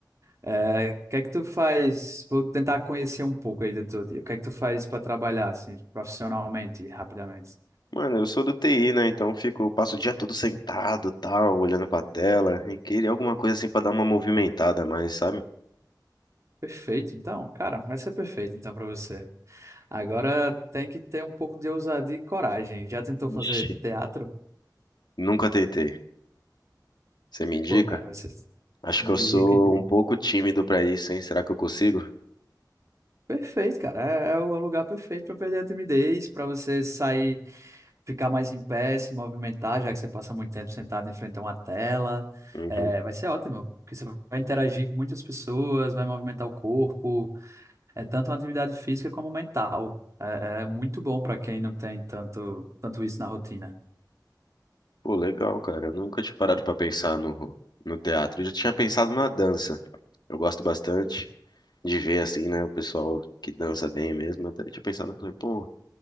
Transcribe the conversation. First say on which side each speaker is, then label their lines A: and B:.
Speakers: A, on the right; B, on the left.
A: É, o que é que tu faz? Vou tentar conhecer um pouco aí do teu dia. O que é que tu faz para trabalhar assim, profissionalmente, rapidamente?
B: Mano, eu sou do TI, né? Então eu fico, passo o dia todo sentado, tal, olhando pra tela. E queria alguma coisa assim pra dar uma movimentada a mais, sabe?
A: Perfeito, então, cara, vai ser perfeito então para você. Agora tem que ter um pouco de ousadia e coragem. Já tentou fazer
B: Ixi,
A: teatro?
B: nunca tentei. Você me indica?
A: Pô, cara, vai ser
B: Acho
A: indico,
B: que eu sou
A: indico.
B: um pouco tímido pra isso, hein? Será que eu consigo?
A: Perfeito, cara. É, é o lugar perfeito para perder a timidez, para você sair, ficar mais em pé, se movimentar, já que você passa muito tempo sentado em frente a uma tela.
B: Uhum.
A: É, vai ser ótimo, porque você vai interagir com muitas pessoas, vai movimentar o corpo. É tanto uma atividade física como mental. É, é muito bom para quem não tem tanto, tanto isso na rotina.
B: Pô, legal, cara. Eu nunca tinha parado pra pensar no, no teatro. Eu já tinha pensado na dança. Eu gosto bastante de ver, assim, né? O pessoal que dança bem mesmo. Até tinha pensado, falei, pô,